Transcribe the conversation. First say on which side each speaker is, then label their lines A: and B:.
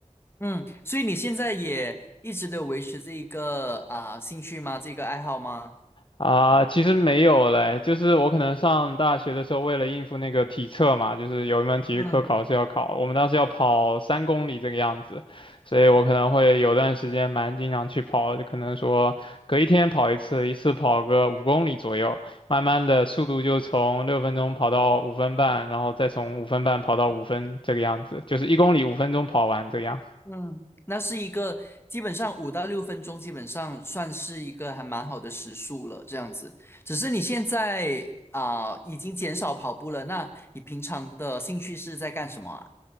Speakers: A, on the left; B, on the left.
A: 嗯，所以你现在也一直都有维持这一个啊、兴趣吗？这个爱好吗？
B: 啊。其实没有嘞，就是我可能上大学的时候，为了应付那个体测嘛，就是有一门体育课考试要考，
A: 嗯
B: 我们当时要跑三公里这个样子，所以我可能会有段时间蛮经常去跑，就可能说隔一天跑一次，一次跑个五公里左右，慢慢的速度就从六分钟跑到五分半，然后再从五分半跑到五分这个样子，就是一公里五分钟跑完这个样。
A: 嗯，那是一个基本上五到六分钟，基本上算是一个还蛮好的时速了，这样子。只是你现在啊、已经减少跑步了，那你平常的兴趣是在干什么啊？